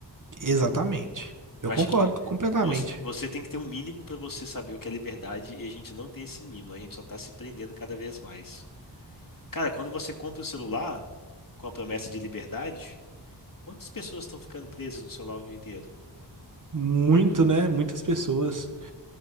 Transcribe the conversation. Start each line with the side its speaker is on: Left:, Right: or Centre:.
Right: exatamente. Eu
Left: Eu acho
Right: concordo
Left: que
Right: completamente.
Left: você, você tem que ter um mínimo para você saber o que é liberdade e a gente não tem esse mínimo, a gente só tá se prendendo cada vez mais. Cara, quando você compra o celular com a promessa de liberdade, quantas pessoas estão ficando presas no celular o dia inteiro?
Right: Muito, né? Muitas pessoas.